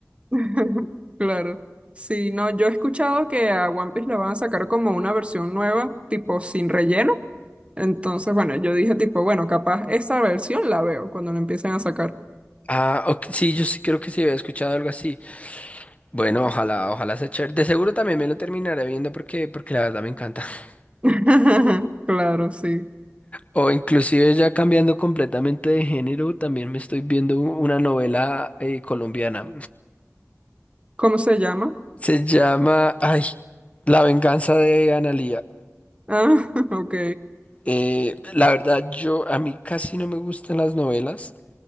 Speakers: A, on the right; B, on the left.
A: <laughs> Claro. Sí, no, yo he escuchado que a One Piece la van a sacar como una versión nueva, tipo sin relleno. Entonces, bueno, yo dije tipo, bueno, capaz esa versión la veo cuando la empiecen a sacar.
B: Ah, ok, sí, yo sí creo que sí había escuchado algo así. Bueno, ojalá, ojalá sea chévere. De seguro también me lo terminaré viendo porque, porque la verdad me encanta. <laughs>
A: <laughs> Claro, sí.
B: O inclusive ya cambiando completamente de género, también me estoy viendo u- una novela eh, colombiana.
A: ¿Cómo se llama?
B: Se llama, ay, La venganza de Analía.
A: Ah, <laughs> ok.
B: Eh, la verdad, yo a mí casi no me gustan las novelas